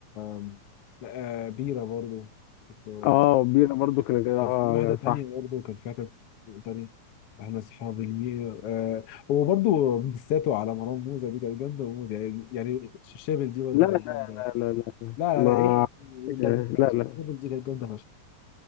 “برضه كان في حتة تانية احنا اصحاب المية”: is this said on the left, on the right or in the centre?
Left